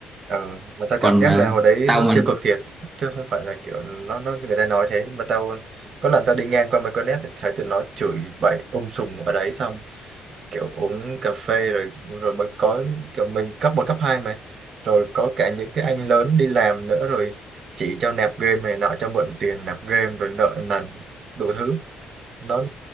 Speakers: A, on the right (about 55°); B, on the right (about 20°).
A: Ờ, mà tao
B: còn
A: cảm giác
B: ờ,
A: là hồi đấy
B: tao
A: nó
B: mà
A: tiêu cực thiệt chứ không phải là kiểu nó nó người ta nói thế mà tao có lần tao đi ngang qua mấy con nét thì thấy tụi nó chửi bậy um sùm ở đấy xong kiểu uống cà phê rồi rồi mới có kiểu mình cấp một cấp 2 mà rồi có cả những cái anh lớn đi làm nữa rồi chỉ cho nạp game này nọ cho mượn tiền nạp game rồi nợ nần đủ thứ nó